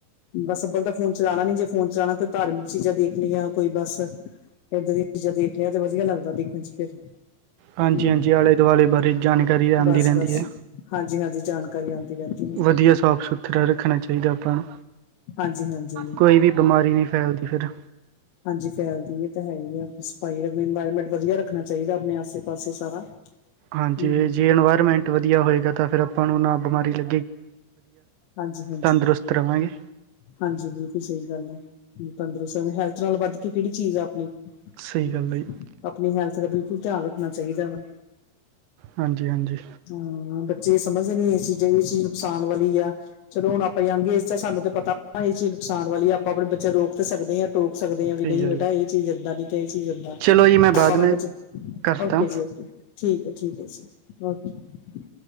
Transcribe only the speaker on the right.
ਹਾਂਜੀ,
ਹਾਂਜੀ ਆਲੇ ਦੁਆਲੇ ਬਾਰੇ ਜਾਣਕਾਰੀ ਰ
ਰਹਿੰਦੀ
ਹੈ
ਵਧੀਆ ਸਾਫ ਸੁਥਰਾ ਰੱਖਣਾ ਚਾਹੀਦਾ ਆਪਾਂ ਨੂੰ
ਕੋਈ ਵੀ ਬਿਮਾਰੀ ਨਹੀਂ ਫੈਲਦੀ ਫਿਰ
ਹਾਂਜੀ
ਜੇ ਇਨਵਾਇਰਮੈਂਟ ਵਧੀਆ ਹੋਏਗਾ ਤਾਂ ਫਿਰ ਆਪਾਂ ਨੂੰ ਨਾ ਬਿਮਾਰੀ ਲ
ਤੰਦਰੁਸਤ ਰਵਾਂਗੇ
ਸਹੀ ਗੱਲ ਹੈ ਜੀ
ਹਾਂਜੀ, ਹਾਂਜੀ
ਸਹੀ
ਗੱਲ
ਹੈ
ਚਲੋ ਜੀ ਮੈਂ ਬਾਅਦ
ਮੈਂ
ਕਰਤਾ